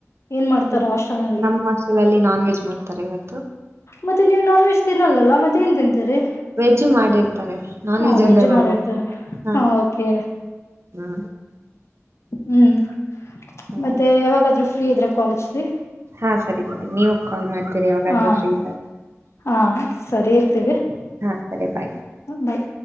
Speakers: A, on the left; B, on the right.
A: ಏನ್ ಮಾಡ್ತಾರ
B: ಈಗ
A: ಹಾಸ್ಟೆಲ್ ನಲ್ಲಿ
B: ನಮ್ಮ ಹಾಸ್ಟೆಲಲ್ಲಿ ನಾನ್ ವೆಜ್ ಮಾಡ್ತಾರೆ ಇವತ್ತು.
A: ಮತ್ತೆ ನೀವು ನಾನ್ ವೆಜ್ ತಿನ್ನಲ್ಲ ಮತ್ತೆ. ಏನ್ ತಿಂತೀರಿ
B: ವೆಜ್ಜು ಮಾಡಿರ್ತಾರೆ. ನಾನ್
A: ಹಾ
B: ವೆಜ್ ಅಂದೇ ಮಾಡಲ್ಲ
A: ಮಾಡಿರ್ತಾರೆ
B: ಹಾ
A: ಓಕೆ
B: ಹಾ.
A: ಹ್ಮ್
B: ಹಾ
A: ಮತ್ತೆ ಯಾವಾಗಾದ್ೂ ಫ್ರೀ ಇದ್ರೆ ಕಾಲೇಜ್್ದ.
B: ಹಾ ಸರಿ ಸರಿ ನೀವು ಕಾಲ್ ಮಾಡ್ತೀರಿ ಯವಾಗಾದ್ರೂ
A: ಹ
B: ಫ್ರೀ ಇದ್ದ.
A: ಹಾ ಸರಿ ಇರ್ತೀವಿ
B: ಹಾ ಸರಿ ಬಾಯ್
A: ಬಾಯಿ.